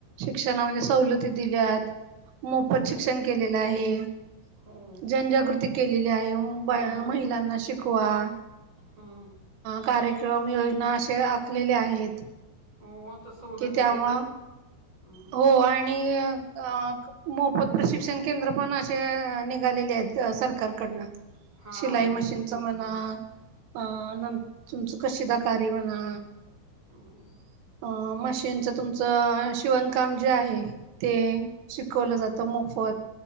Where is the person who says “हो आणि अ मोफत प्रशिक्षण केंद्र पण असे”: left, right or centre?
Right